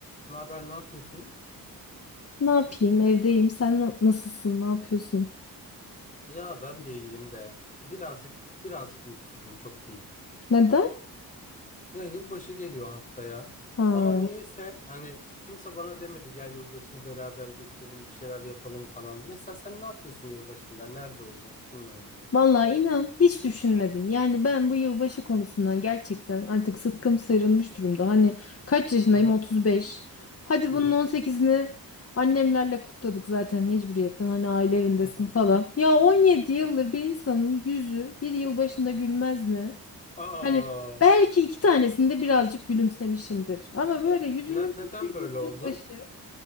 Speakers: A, on the left; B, on the left.
A: Ne haber, ne yapıyorsun?
B: Ne yapayım? Evdeyim. Sen na- nasılsın? Ne yapıyorsun?
A: Ya ben de iyiyim de birazcık birazcık mutsuzum çok değil.
B: Neden?
A: Ya yılbaşı geliyor haftaya
B: Ha.
A: ama niyeyse hani kimse bana demedi gel yılbaşını beraber geçirelim bir şeyler yapalım falan. Mesela sen ne yapıyorsun yılbaşında? Nerede olacaksın? Kimle olacaksın?
B: Vallahi inan hiç düşünmedim. Yani ben bu yılbaşı konusundan gerçekten artık sıtkım sıyrılmış durumda. Hani kaç yaşındayım?
A: Hı hı
B: 35. Hadi
A: hı
B: bunun
A: hı
B: 18'ini annemlerle kutladık zaten mecburiyetten. Hani aile evindesin
A: hı hı.
B: falan. Ya 17
A: hı
B: yıldır
A: hı.
B: bir insanın yüzü bir yılbaşında gülmez mi?
A: Aa,
B: Hani belki iki tanesinde birazcık gülümsemişimdir. Ama böyle yüzümün
A: ne- neden
B: güldüğü
A: böyle
B: bir
A: oldu?
B: yılbaşı.